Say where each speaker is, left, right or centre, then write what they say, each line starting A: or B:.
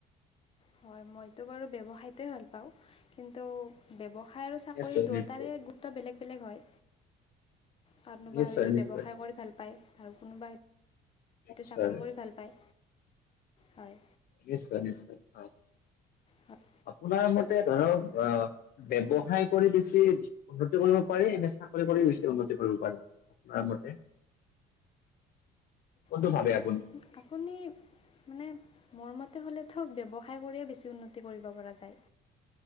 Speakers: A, on the left; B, on the left.
A: হয়, মইতো বাৰু ব্যৱসায়টো ভাল পাওঁ কিন্তু ব্যৱসায়
B: নিশ্চয়
A: কৰি দুৱতাৰে
B: নিশ্চয়
A: গুৰুত্ব বেলেগ বেলেগ হয়। কানোবা
B: নিশ্চয়
A: হয়তো
B: নিশ্চয়
A: ব্যৱসায় কৰি ভাল পায় আৰু কোনোবা হয়
B: নিশ্চয়
A: চাকৰি কৰি ভাল পায়, হয়।
B: নিশ্চয় নিশ্চয়, হয়।
A: হয়
B: আপোনাৰ ম ধৰক অ, ব্যৱসায় কৰি বেছি উন্নতি কৰিব পাৰি, নে চাকৰি কৰি বেছি উন্নতি কৰিব পাৰি আপোনাৰ মতে? কোনটো
A: অঁ
B: ভাবে আপুনি?
A: আপুনি? মানে মোৰ মতে হ'লেতো ব্যৱসায় কৰিয়ে বেছি উন্নতি কৰিব পৰা যায়।